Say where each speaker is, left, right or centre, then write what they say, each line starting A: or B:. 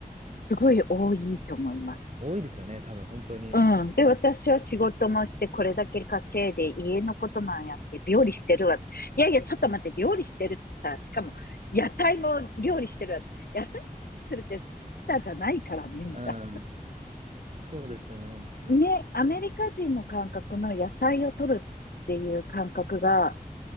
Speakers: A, on the left; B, on the right.
A: すごい多いと思います。
B: 多いですよね、多分本当に。
A: うん。で、私は仕事もして、これだけ稼いで、家のこともやって、料理してるわ。いやいや、ちょっと待って、料理してるってさ、しかも、野菜も料理してるわ。野菜するってサラダじゃないからね、みたいな。
B: うん。そうですよね、本当に。
A: ね、アメリカ人の感覚の野菜を取るっていう感覚が、